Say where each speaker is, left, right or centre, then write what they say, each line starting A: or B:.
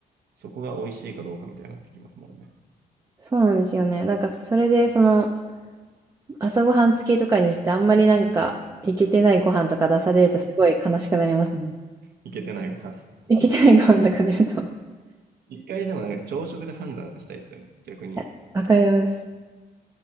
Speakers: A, on the right; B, on the right.
A: そこが美味しいかどうかみたいになってきますもんね。
B: そうなんですよね。なんかそれでその朝ごはん付きとかにしてあんまりなんかいけてないご飯とか出されるとすごい悲しくなりますね。
A: いけてないご飯。
B: いけてないご飯とか出るとは
A: <laughs> 一回でもなんか朝食で判断したいですよね。逆に。
B: い <laughs> わかります。